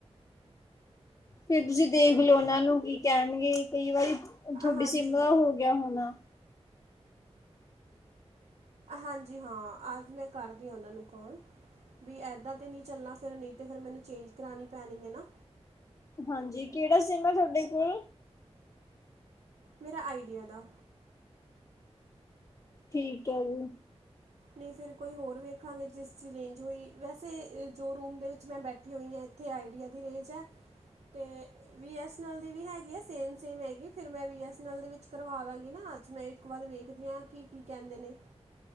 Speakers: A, on the left; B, on the right.
A: ਫੇਰ ਤੁਸੀਂ ਦੇਖ ਲਓ ਉਹਨਾਂ ਨੂੰ ਕੀ ਕੈਣਗੇ ਕਈ ਵਾਰੀ ਤੁਹਾਡੀ
B: ਹਾਂਜੀ
A: ਸਿੰਮ ਦਾ ਹੋ ਗਿਆ ਹੋਣਾ।
B: ਹਾਂਜੀ ਹਾਂ ਅੱਜ ਮੈਂ ਕਰਦੀ ਉਹਨਾਂ ਨੂੰ ਕੌਲ ਵੀ ਇੱਦਾਂ ਤਾਂ ਨਈ ਚੱਲਣਾ ਫਿਰ ਨਈ ਤਾ ਫਿਰ ਮੈਨੂੰ ਚੇਂਜ ਕਰਾਂਣੀ ਪੈਣੀ ਨਾ।
A: ਹਾਂਜੀ ਕੇੜਾ ਸਿੰਮ ਆ ਤੁਹਾਡੇ ਕੋਲ
B: ਮੇਰਾ ਆਈਡੀਆ ਦਾ।
A: ਠੀਕ ਹੈ ਜੀ।
B: ਨਈ ਫਿਰ ਕੋਈ ਹੋਰ ਵੇਖਾਂਗੇ ਜਿਸ ਦੀ ਰੇਂਜ ਹੋਈ ਵੈਸੇ ਜੋ ਰੂਮ ਦੇ ਵਿੱਚ ਮੈਂ ਬੈਠੀ ਹੋਈ ਆਂ। ਇੱਥੇ ਆਈਡੀਆ ਦੀ ਰੇਜ ਹੈ ਤੇ ਬੀ ਐੱਸ ਅਨ ਅਲ ਦੀ ਵੀ ਹੈਗੀ ਹੈ ਸੇਮ। ਸੇਮ ਹੈਗੀ ਫਿਰ ਮੈਂ ਬੀ ਐਸ ਐਨ ਐਲ ਦੇ ਵਿੱਚ ਕਰਵਾ ਦਾਂਗੀ ਨਾ, ਅੱਜ ਮੈਂ ਇੱਕ ਵਾਰ ਵੇਖਦੀ ਹਾਂ ਕੀ-ਕੀ ਕਹਿੰਦੇ ਨੇ।